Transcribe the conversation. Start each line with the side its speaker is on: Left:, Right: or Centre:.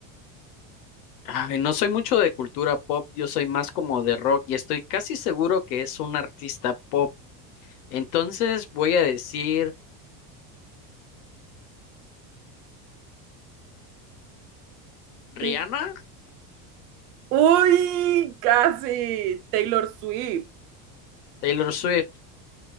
Left: Ay, no soy mucho de cultura pop, yo soy más como de rock y estoy casi seguro que es un artista pop. Entonces voy a decir
Right: Sí.
Left: Rihanna,
Right: Uy, casi. Taylor Swift.
Left: Taylor Swift,